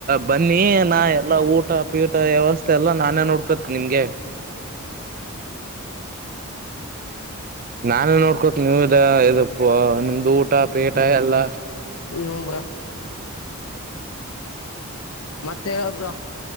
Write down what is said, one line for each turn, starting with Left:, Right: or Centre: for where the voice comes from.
Right: ಬನ್ನಿ ನಾ ಎಲ್ಲಾ ಊಟ ಪೀಟ ವ್ಯವಸ್ಥೆ ಎಲ್ಲ ನಾನೇ ನೋಡ್ಕತ್ ನಿಮ್ಗೆ ನಾನು ನೋಡ್ಕೋ ಹೂ ಎಲ್ಲಪ್ಪ ನಿಮ್ದು ಊಟ ಬೇಟಾಯ ಅಲ್ಲ
Left: ಹ್ಞೂ ಬ್ರೋ
Right: <unintelligible>
Left: ಮತ್ತೆ ಹೇಳಬ್ರ